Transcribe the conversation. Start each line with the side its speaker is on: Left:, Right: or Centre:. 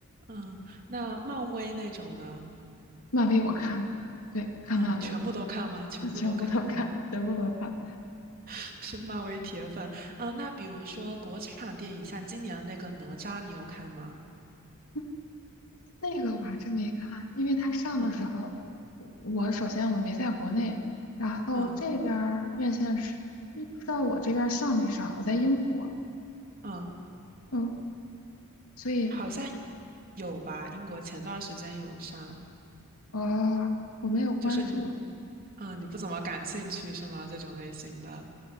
Right: 嗯，那漫威那种呢？
Left: 漫威我看的，对，看漫威的，
Right: 啊，全部都看吗？全部都看吗？
Left: <laughs> 全部都看，全部都看。
Right: <laughs> 是漫威铁粉。嗯，那比如说国产电影，像今年的那个哪吒，你有看吗？
Left: 嗯那个我还真没看，因为它上的时候，
Right: 嗯
Left: 我我首先我没在国内，然后这边儿院线是嗯不知道我这边儿上没上，
Right: 嗯
Left: 我在英国，
Right: 嗯，
Left: 嗯，所以
Right: 好像有吧？英国前段时间有上，
Left: 呃我没有关注。
Right: 就是你，嗯，你不怎么感兴趣是吗？这种类型的，